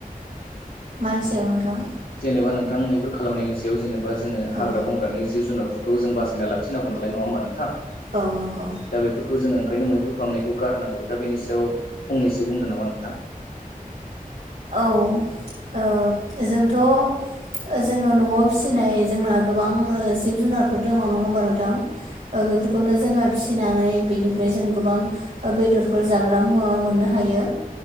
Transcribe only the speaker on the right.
मानिसायाव नोंथां
औ
औ नंगौ
औ जोंथ' जोङो न'आव फिसिनाय जोंना गोबां जिब जुनारफोर दङ नङा नोंथां बेफोरखौनो जोङो फिसिनानै बेनिफ्राय जों गोबां बेदरफोर जाग्रा मुवा मोननो हायो